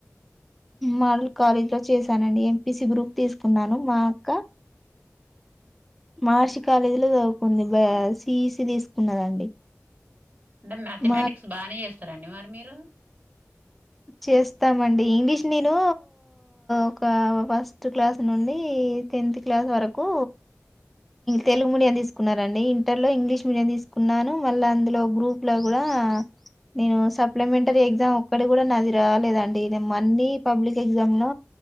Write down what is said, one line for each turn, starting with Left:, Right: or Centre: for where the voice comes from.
Centre: మాడల్ కాలేజ్ లో చేశానండి ఎంపిసి గ్రూప్ తీసుకున్నాను మా అక్క మహర్షి కాలేజీ లో చదువుకుంది సిీఈసి తీసుకున్నదండి
Right: అంటే మ్యాథమెటిక్స్
Centre: మా
Right: బాగానే చేస్తారండి మారు మీరు ర
Centre: చేస్తామండి ఇంగ్లీష్ నేను ఒక ఫస్ట్ క్లాస్ నుండి టెన్త్ క్లాస్ వరకు తెలుగు మీడియం తీసుకున్నండి ఇంటర్ లో ఇంగ్లీష్ మీడియం తీసుకున్నాను మళ్ళీ అందులో గ్రూప్ లో కూడా నేను సప్లిమెంటరీ ఎగ్జామ్ ఒ అక్కడు కూడా నాది రాలేదండి నేను అన్ని పబ్లిక్ ఎగ్జామ్ లో